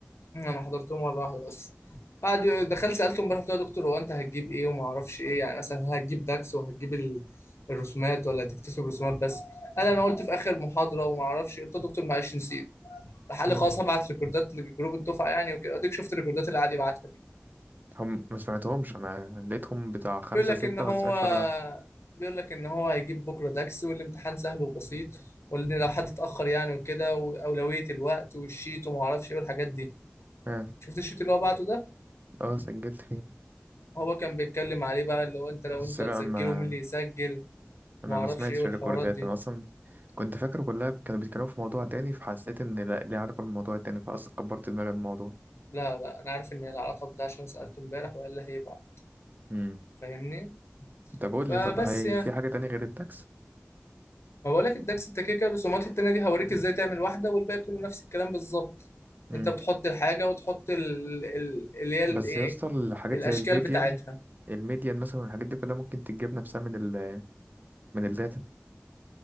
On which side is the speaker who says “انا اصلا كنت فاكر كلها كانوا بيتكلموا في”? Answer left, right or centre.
Right